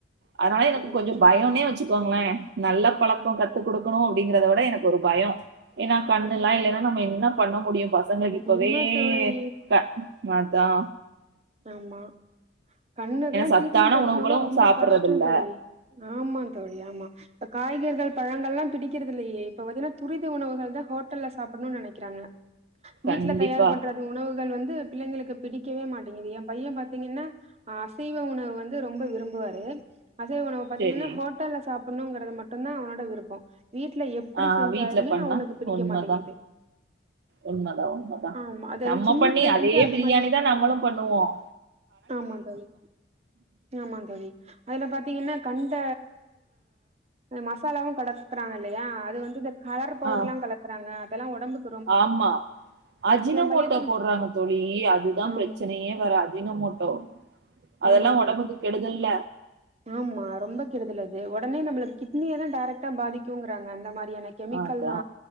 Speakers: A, on the right; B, on the right.
A: அதனால எனக்கு
B: நல்ல
A: கொஞ்சோ
B: விஷயம்
A: பயோன்னே
B: தோழி
A: வெச்சு கோங்களே நல்ல பழக்கோ
B: ம்
A: கத்து குடுக்கணு அப்படிங்கறத விட எனக்கு ஒரு பயோ ஏன்னா கண்ணுல்லா
B: ம்
A: இல்லன்னா நம்ம என்ன பண்ண முடியு பசங்களுக்கு
B: உண்ம
A: இப்பவே
B: தோழி
A: கண் அதா
B: ஆமா கண்ணுக்கல்லா
A: சத்தான
B: ட்ரீட்மெண்ட் எடுக்கனுன்னா
A: உணவுகளும்
B: ரொம்ப
A: சாப்பிடுறது
B: கஷ்ட
A: இல்ல.
B: தோழி ஆமா தோழி ஆமா இப்ப காய் கறிகள் பழங்கள் எல்லா பிடிக்கறது இல்லயே இப்ப பாத்தீங்கன்னா துரித உணவுகள் தா ஹோட்டல்ல சாப்டணுனு நெனைக்கிறாங்க வீட்ல
A: கண்டிப்பா.
B: தயார் பண்ற அந்த உணவுகள் வந்து பிள்ளைங்களுக்கு பிடிக்கவே மாட் ட்டேங்குது என் பையன் பாத்தீங்கன்னா அசைவ உணவு வந்து ரொம்ப விரும்புவாரு அசைவ உணவு பாத்தீங்கன்னா
A: சரி.
B: ஹோட்டல்ல சாப்டணுங்கறது மட்டும்தா அவனோட விருப்பம் வீட்டுல எப்படி
A: ஆ
B: செஞ்சாலுமே
A: வீட்ல பண்ணா
B: அவனுக்கு பிடிக்க
A: உண்மதா
B: மாட்டேங்குது
A: உண்மதா உண்மதா
B: ஆமா அது
A: நம்ம
B: அது சின்ன
A: பண்ணி
B: பிள்ளைல
A: அதே
B: இருந்து அது
A: பிரியாணி
B: மாரி
A: தா நம்மளும் பண்ணுவோம்
B: ஆமா தோழி ஆமா தோழி அதுல பாத்தீங்கன்னா கண்ட மசாலாவும் கலக்குறாங்க இல்லையா அது வந்து கலர் பவுடர்லா
A: ஆ
B: கலக்குறாங்க அதெல்லா உடம்புக்கு
A: ஆமா அஜினமோட்டோ
B: பையத்தனுக்
A: போடுறாங்க தோழி அதுதா பிரச்சனையே
B: ஆமா
A: வர அஜினமோட்டோ அதெல்லா
B: ஆமா தோழி
A: உடம்புக்கு கெடுதல்ல
B: ஆமா ரொம்ப கெடுதலது உடனே நம்மளுக்கு கிட்னிய தா டரெக்டா பாதிக்குங்கறாங்க அந்த மாதிரியான கெமிக்கல்லா
A: அதா